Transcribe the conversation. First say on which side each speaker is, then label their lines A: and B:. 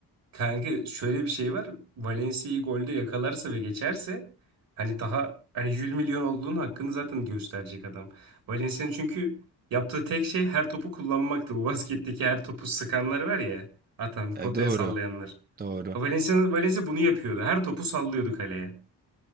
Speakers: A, on the right; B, on the right.
A: kanka şöyle bir şey var Valencia'yı golde yakalarsa ve geçerse hani daha hani 100 milyon olduğunun hakkını zaten gösterecek adam. Valencia'nın çünkü yaptığı tek şey her topu kullanmaktı bu basketteki her topu sıkanlar var ya atan potaya
B: E, doğru
A: sallayanlar.
B: doğru.
A: Valencia, Valencia bunu yapıyordu. Her topu sallıyordu kaleye.